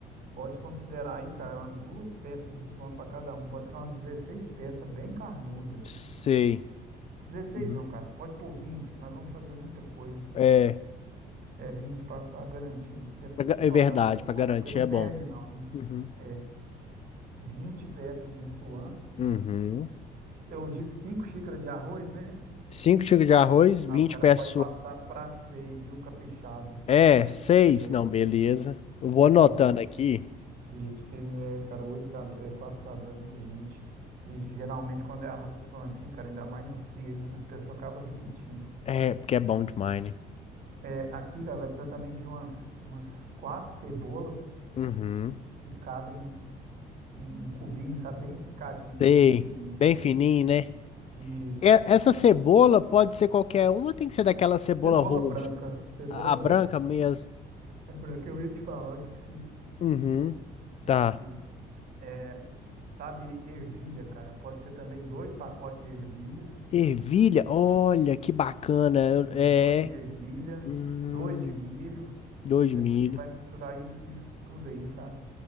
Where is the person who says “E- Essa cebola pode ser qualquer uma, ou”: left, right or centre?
Left